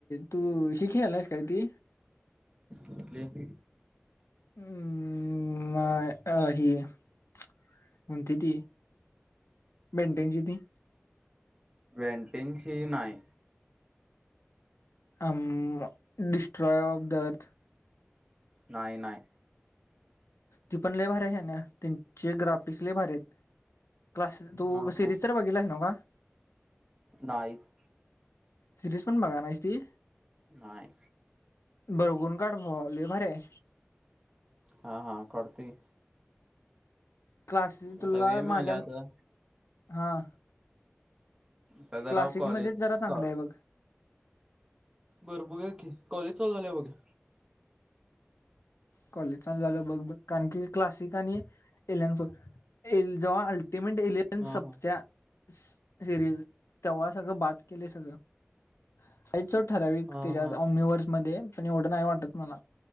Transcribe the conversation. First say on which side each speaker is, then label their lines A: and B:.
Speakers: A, on the left; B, on the right.
A: तू हि खेळालायस काय ती?
B: कुठली <unintelligible>
A: हम्म अ हि कोणती ती बेनटेन ती <unintelligible>
B: वेंटिंगची नाय.
A: Um destroy of the earth
B: नाय नाय
A: ती पण लय भारी आहे शान्या, त्यांचे ग्राफिक्स लय भारी आहेत. क्लास टू
B: हां
A: सिरीज
B: हां
A: तर बघितलाय नव्ह?
B: नाहीच
A: सिरीज पण बघाय नाहीस ती?
B: नाय
A: बगुन काढ म लय भारी हाय
B: हां हां काढतोय
A: क्लासी तुला
B: आता वेळ मिळाला
A: माझ्या
B: आता
A: हा
B: त्याच
A: क्लासिक
B: नाव कॉलेज
A: मध्येच
B: चा
A: जरा चांगलं आहे बघ
B: बरं बघूया की, कॉलेज चालू झाल्यावर बघूया.
A: कॉलेज चालू झाल्यावर बघ कारण की क्लासिक आणि एलीन ए जेव्हा अल्टिमेट एलिन
B: हां
A: सपत्या
B: हां
A: सिरीज तेव्हा सगळं बाद केलय सगळं <unintelligible> ठराविक
B: हां
A: तेज्या
B: हां
A: ओनिव्हर्स मध्ये पण एवढं नाही वाटत मला